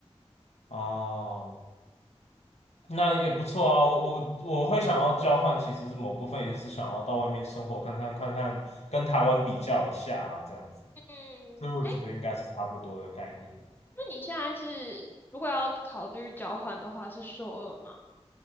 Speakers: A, on the left (about 85°); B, on the left (about 20°).
A: <laughs> 哦，那也不错啊，我我会想要交换，其实是某部分也是想要到外面生活看看看看，跟台湾比较一下啊，这样子，
B: 嗯，
A: 所以我觉得应该是差不多的概念。
B: 哎，那你现在是如果要考虑交换的话，是硕二吗？